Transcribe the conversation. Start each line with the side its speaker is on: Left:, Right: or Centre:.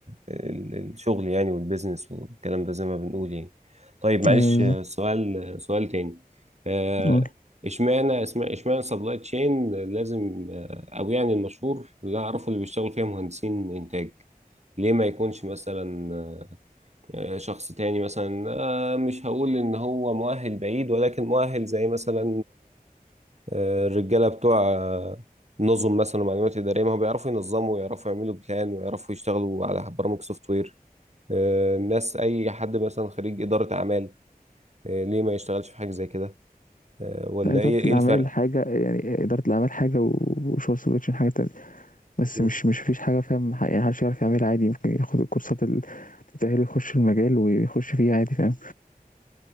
Right: ال... الشغل يعني والبيزنس والكلام ده زي ما بنقول يعني طيب معلش
Left: ايوه بالظبط
Right: آه، سؤال سؤال تاني آه،
Left: آه.
Right: اشمعنى اسمع- اشمعنى سبلاي تشين لازم آه، او يعني المشهور اللي اعرفه اللي بيشتغل فيها مهندسين انتاج ليه ما يكونش مثلا آه، شخص تاني مثلا آه، مش هقول ان هو مؤهل بعيد ولكن مؤهل زي مثلا آه، الرجاله بتوع آه، النظم مثلا ومعلومات اداريه ما هو بيعرفوا ينظموا ويعرفوا يعملوا بلان ويعرفوا يشتغلوا على برامج سوفت وير آه، الناس اي حد مثلا خريج اداره اعمال آه، ليه ما يشتغلش في حاجه زي كده آه، ولا
Left: إدارة
Right: ايه ايه
Left: الأعمال
Right: الفرق
Left: حاجة يعني إدارة الأعمال حاجة و- وشغل سبلاي حاجة تانية بس
Right: مم.
Left: مش مش فيش حاجة فاهم ح- يعني محدش يعرف يعملها عادي ممكن ياخد الكورسات اللي تأهله يخش المجال ويخش فيه عادي فاهم